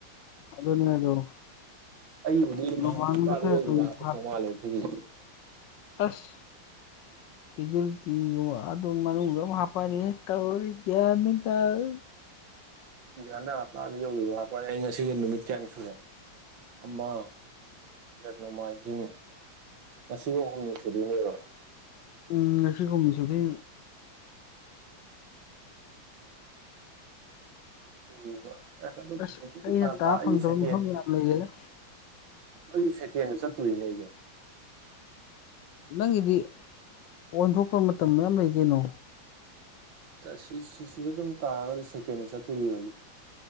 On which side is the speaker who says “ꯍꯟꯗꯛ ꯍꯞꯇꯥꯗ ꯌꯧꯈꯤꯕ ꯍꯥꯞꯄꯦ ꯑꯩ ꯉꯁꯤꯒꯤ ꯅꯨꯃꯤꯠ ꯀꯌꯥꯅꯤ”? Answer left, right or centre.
Right